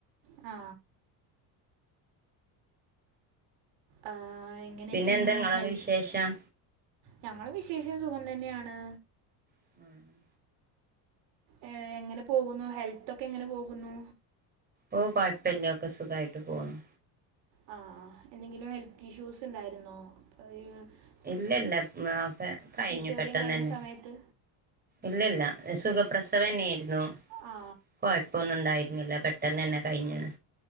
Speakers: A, on the right; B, on the right.
A: ആ. ആ, എങ്ങനെക്കേണ്
B: പിന്നെ എന്താ നിങ്ങളൊക്കെ
A: ഹെൽ-
B: വിശേഷം
A: ഞങ്ങളെ വിശേഷം സുഖം തന്നെയാണ്.
B: ഉം <inaudible>
A: എ, എങ്ങനെ പോകുന്നു. ഹെൽത്തൊക്കെ എങ്ങനെപോകുന്നു?
B: ഓ, കുഴപ്പയില്ല ഒക്കെ സുഖായിട്ട് പോവുന്നു.
A: ആ, ആ, എന്തെങ്കിലും ഹെൽത്ത് ഇഷ്യൂസ് ഉണ്ടായിരുന്നോ? <unintelligible>
B: ഇല്ല, ഇ ല്ല, ഒക്കെ കഴിഞ്ഞു
A: സിസേറിയൻ
B: പെട്ടെന്നന്നേ.
A: കഴിഞ്ഞ സമയത്ത്
B: ഇല്ല, ഇല്ല. സുഖപ്രസവന്നേരുന്നു.
A: ആ
B: കൊഴപ്പൊന്നുണ്ടായിരുന്നില്ല പെ പെട്ടന്നന്നേ കഴിഞ്ഞീണ്.